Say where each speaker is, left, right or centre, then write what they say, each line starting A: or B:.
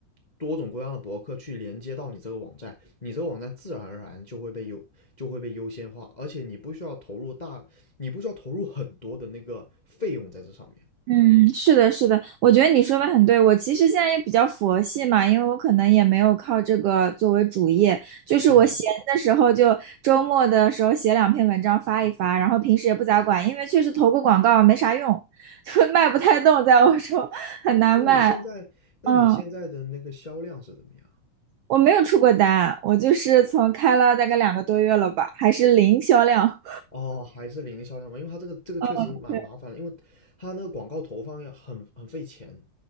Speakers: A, on the left; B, on the right.
A: 多种各样的博客去连接到你这个网站，你这个网站自然而然就会被优就会被优先化，而且你不需要投入大，你不需要投入很多的那个费用在这上面。
B: 嗯，是的，是的。我觉得你说的很对。我其实现在也比较佛系嘛，因为我可能也没有靠这个作为主业，就是我闲的时候就周末的时候写两篇文章发一发，
A: 嗯，
B: 然后平时也不咋管，因为确实投个广告没啥用，<laughs> 就卖不太动，在欧洲很难卖。
A: 那你现在，那你现在的那个销量是怎么样？
B: 嗯，我没有出过单，我就是从开了大概两个多月了吧，还是零销量。
A: 哦，还是零销量吗？因为它这个这个确实蛮麻烦的，
B: 嗯，对，
A: 因为它那个广告投放要很很费钱。